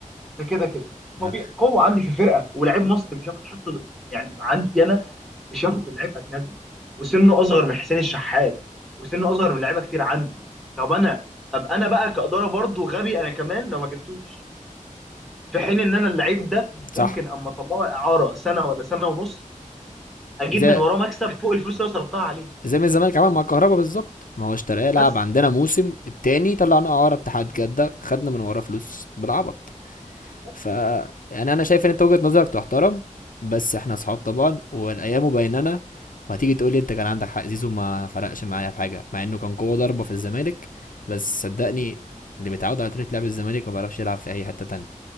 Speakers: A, in the centre; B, on the left.
A: ده كده كده طبيعي
B: آه،
A: قوه عندي في الفرقه ولاعيب مصري مش هياخد حتى يعني عندي انا مش هياخد من لعيب اجنبي وسنه اصغر من حسين الشحات وسنه اصغر من لعيبه كتير عندي طب انا ابقى انا بقى كاداره برضو غبي انا كمان لو ما جبتوش في حين ان انا اللعيب ده
B: صح
A: ممكن اما اطلعه اعاره سنه ولا سنه ونص اجيب
B: زي
A: من وراه مكسب فوق الفلوس اللي أنا صرفتها عليه
B: زي ما الزمالك عمل مع الكهرباء بالظبط ما هو اشتراه لعب
A: بس
B: عندنا موسم التاني طلعنا اعاره اتحاد جده خدنا من وراه فلوس بالعبط
A: بس
B: ف يعني انا شايف ان انت وجهة نظرك تحترم بس احنا اصحاب طبعا والايام بيننا وهتيجي تقول لي انت كان عندك حق زيزو ما فرقش معايا في حاجه مع انه كان قوه ضربه في الزمالك بس صدقني اللي بيتعود على طريقه لعب الزمالك ما بيعرفش يلعب في اي حته تانية